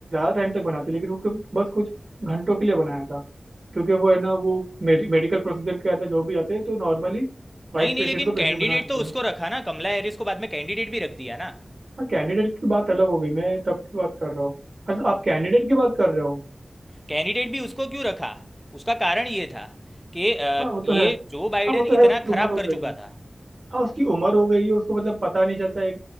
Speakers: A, on the right; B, in the centre.
A: टाइम तक बनाते लेकिन वो के- बस कुछ घंटों के लिए बनाया था क्योंकि वो है ना वो मेडिकल प्रोसीजर के अंदर जो भी आते हैं तो नॉर्मली वाइस
B: नहीं नहीं
A: प्रेसिडेंट
B: लेकिन
A: को प्रेसिडेंट
B: कैंडिडेट
A: बना देते
B: तो
A: हैं
B: उसको रखा ना कमला हैरिस को बाद में कैंडिडेट भी रख दिया ना
A: हाँ कैंडिडेट की बात अलग हो गई मैं तब की बात कर रहा हूँ अच्छा आप कैंडिडेट की बात कर रहे हो
B: कैंडिडेट भी उसको क्यों रखा उसका कारण ये था कि अ,
A: हाँ वो तो
B: ये
A: है
B: जो बाइडेन
A: हाँ वो तो
B: इतना
A: है उसकी
B: खराब
A: उम्र हो
B: कर
A: गई
B: चुका
A: है
B: था
A: हाँ उसकी उम्र हो गई है उसको मतलब पता नहीं चलता है